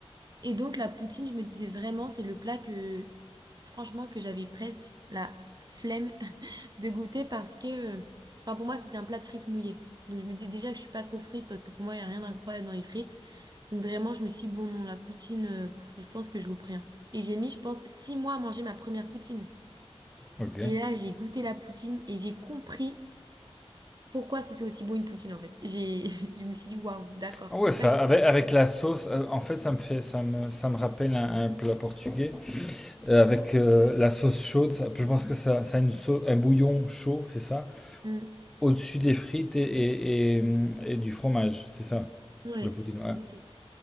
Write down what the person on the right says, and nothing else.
Et donc la poutine, je me disais vraiment, c'est le plat que, franchement, que j'avais presque la flemme <laughs> de goûter parce que, euh, enfin pour moi, c'était un plat de frites mouillées. Donc je me disais déjà que je suis pas trop frite parce que pour moi, il y a rien d'incroyable dans les frites. Donc vraiment, je me suis dit, bon non, la poutine, euh, pff, je pense que je loupe rien. Et j'ai mis, je pense, six mois à manger ma première poutine.
Et là, j'ai goûté la poutine et j'ai compris pourquoi c'était aussi bon une poutine en fait. J'ai, <laughs> je me suis dit, waouh, d'accord,
c'est
pas juste.
Mm.
Ouais.
En gros, c'est